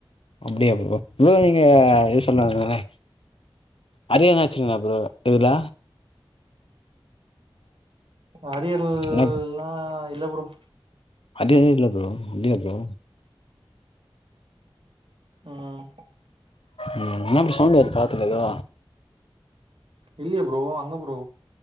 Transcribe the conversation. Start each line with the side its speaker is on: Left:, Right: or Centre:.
Left: அப்படியா ப்ரோ ப்ரோ நீங்க எஸ் சொன்னாங்களே அரியர் எதனாச்சிங்களா ப்ரோ இதுல
Right: அரியர்ல்லா
Left: என்ன
Right: இல்ல ப்ரோ
Left: அரியர்லா இல்ல ப்ரோ இல்லயா ப்ரோ
Right: ம்
Left: ம் என்ன அப்டி சவுண்டு வருது பாத்துக்க எதோ
Right: இல்லியே ப்ரோ அங்க ப்ரோ